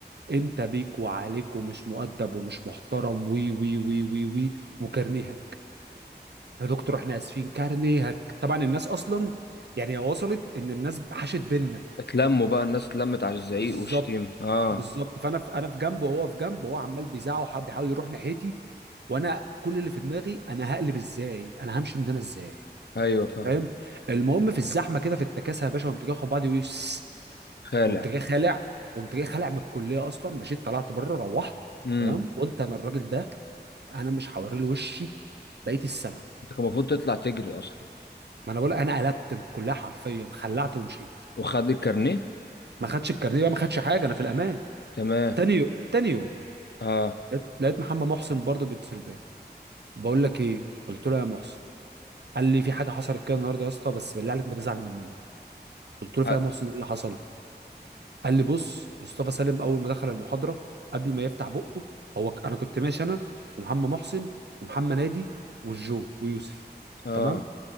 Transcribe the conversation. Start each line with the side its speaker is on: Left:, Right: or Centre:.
Right: انت بيك وعليك ومش مؤدب ومش محترم وي وي وي وي وي وكارنيهك يا دكتور احنا اسفين كارنيهك طبعا الناس اصلا يعني وصلت ان الناس حاشت بينا
Left: اتلموا بقى الناس اتلمت على الزعيق
Right: بالظبط
Left: والشتيمة اه
Right: بالظبط فانا في انا في جنبه وهو في جنبه وهو عمال بيزعق وح- بيحاول يروح ناحيتي وانا كل اللي في دماغي انا هقلب ازاي انا همشي من هنا ازاي
Left: ايوه فاهم
Right: فاهم المهم في الزحمه كده في التكاسه يا باشا قمت جاي اخد بعضي ويس
Left: خالع
Right: قمت جاي خالع قمت جاي خالع من الكليه اصلا مشيت طلعت بره روحت
Left: امم
Right: تمام قلت انا الراجل ده انا مش هوري له وشي بقيه السنه
Left: انت كان المفروض تطلع تجري اصلا
Right: ما انا بقول انا قلبت من الكليه حرفيا خلعت ومشيت
Left: وخد الكارنيه
Right: ما خدش الكارنيه بقى ما خدش حاجه انا في الامان
Left: تمام
Right: تاني يوم تاني يوم
Left: اه
Right: لقيت لقيت محمد محسن برضه بيتصل بيا بقول لك ايه قلت له يا محسن قال لي في حاجه حصلت كده النهارده يا اسطى بس بالله عليك ما تزعل مننا قلت له
Left: حق.
Right: فيها يا محسن ايه اللي حصل قال لي بص مصطفى سالم اول ما دخل المحاضره قبل ما يفتح بقه هو ك- انا كنت ماشي انا ومحمد محسن ومحمد نادي والجو ويوسف
Left: اه
Right: تمام